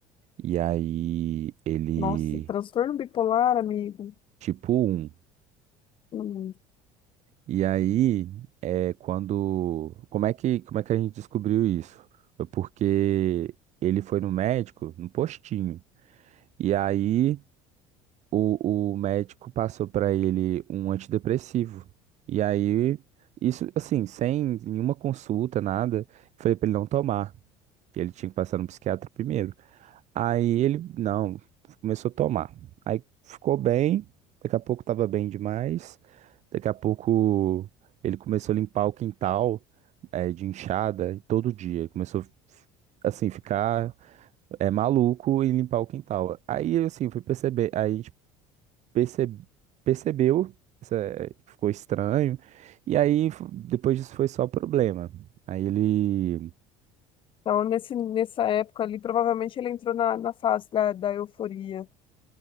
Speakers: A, on the right; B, on the left.
A: e aí ele
B: Nossa, transtorno bipolar, amigo.
A: tipo um
B: Hum.
A: E aí é quando como é que como é que a gente descobriu isso? Foi porque ele foi no médico, no postinho. E aí o, o médico passou pra ele um antidepressivo. E aí, isso, assim, sem nenhuma consulta, nada, falei pra ele não tomar. que Ele tinha que passar no psiquiatra primeiro. Aí ele, não, começou a tomar. Aí ficou bem, daqui a pouco tava bem demais. Daqui a pouco ele começou a limpar o quintal eh, de enxada todo dia. Ele começou assim, ficar é, maluco e limpar o quintal. Aí assim, fui perceber. Aí perce- percebeu, essa- que ficou estranho, e aí f- depois disso foi só problema. Aí ele
B: Então, nesse, nessa época ali, provavelmente ele entrou na, na fase da, da euforia.